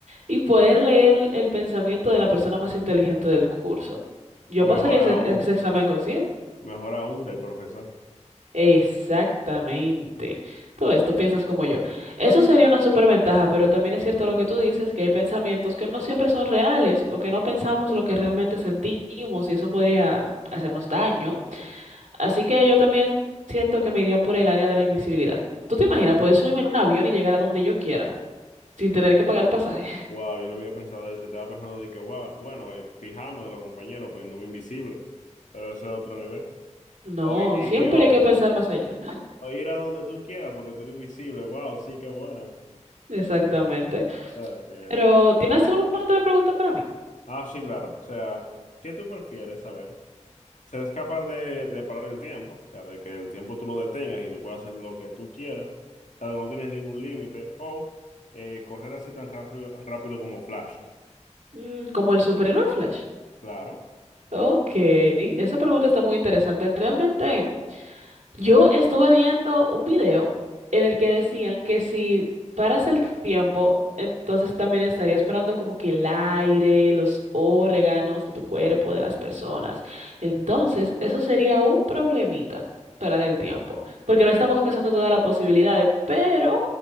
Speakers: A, on the right; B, on the left.
A: y poder leer el pensamiento de la persona más inteligente del curso. Yo
B: O mejor
A: pasaría ese,
B: aún,
A: ese examen con cien
B: mejor aún del profesor.
A: Exactamente. Todo esto piensas como yo. Eso sería una superventaja, pero también es cierto lo que tú dices, que hay pensamientos que no siempre son reales o que no pensamos lo que realmente sentimos y eso podría hacernos daño. Así que yo también siento que me iría por el área de la invisibilidad. ¿Tú te imaginas? Puedes subirme en un avión y llegar a donde yo quiera sin
B: Eh,
A: tener que pagar el pasaje.
B: wow,
A: <laughs>
B: yo no había pensado eso. Yo estaba pensando de que, wow, bueno, eh, fijarme de los compañeros, poniéndome invisible. Pero eso es otro nivel.
A: No,
B: O, y,
A: siempre
B: y- o-
A: hay que pensar más allá.
B: o ir a donde tú quieras porque tú eres invisible. Wow, sí, qué buena.
A: <laughs> Exactamente.
B: Ah, que-
A: Pero, ¿tienes alguna otra pregunta para mí?
B: Ah, sí, claro. O sea, ¿qué tú prefieres saber? Ser capaz de, de parar el tiempo, o sea, de que el tiempo tú lo detengas y tú puedas hacer lo que tú quieras, o sea, no tienes ningún límite, o eh, correr así tan rápido, rápido como Flash,
A: Mm, como el superhéroe Flash.
B: claro.
A: Ok, esa pregunta está muy interesante. Realmente, yo estuve viendo un video en el que decían que si paras el tiempo, entonces también estarías parando como que el aire, los órganos de tu cuerpo, de las personas. Entonces, eso sería un problemita, parar el tiempo, porque no estamos pensando todas las posibilidades, pero